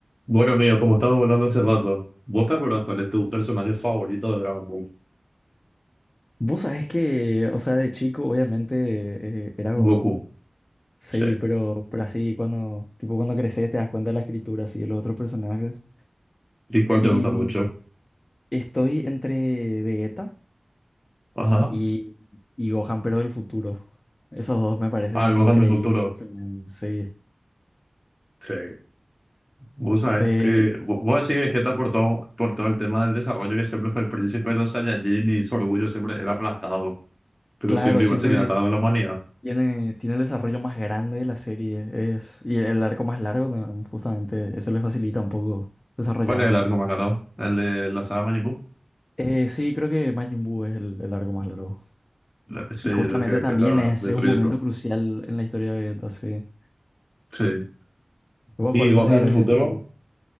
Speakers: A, in the centre; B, on the left.
A: Bueno, amigo, como estábamos hablando hace rato, ¿vos te acordás cuál es tu personaje favorito de Dragon Ball?
B: Vos sabés que, o sea, de chico obviamente eh, era Goku,
A: Goku.
B: sí,
A: Sí.
B: pero, pero así cuando, tipo cuando creces te das cuenta de la escritura, así, de los otros personajes.
A: ¿Y cuál
B: Y
A: te gusta mucho?
B: estoy entre Vegeta
A: Ajá.
B: y, y Gohan, pero del futuro. Esos dos me parecen
A: Ah, el Gohan
B: increíbles,
A: del futuro.
B: se me- sí.
A: Sí. Vos sabés
B: Eh,
A: que... vo- Vos decís Vegeta por todo, por todo el tema del desarrollo que siempre fue el príncipe de los Saiyajin y su orgullo siempre era aplastado, pero
B: claro,
A: siempre igual
B: siento
A: se queda
B: que
A: al lado de la humanidad.
B: tiene, tiene el desarrollo más grande de la serie, es, y el arco más largo, también, justamente, eso le facilita un poco desarrollarse.
A: ¿Cuál es el arco más largo? ¿El de la saga Majin Buu?
B: Eh, sí, creo que Majin Buu es el, el arco más largo.
A: La- Sí,
B: Y
A: el
B: justamente
A: que Vegeta
B: también es,
A: destruye
B: es un momento
A: todo.
B: crucial en la historia de Vegeta, sí.
A: Sí.
B: ¿Vos
A: Y
B: cuál considerás
A: Gohan del futuro,
B: que es tu...?